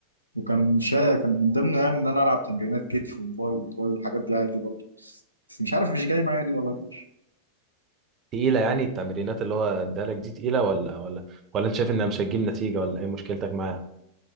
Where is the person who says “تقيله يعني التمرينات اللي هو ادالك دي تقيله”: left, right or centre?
Right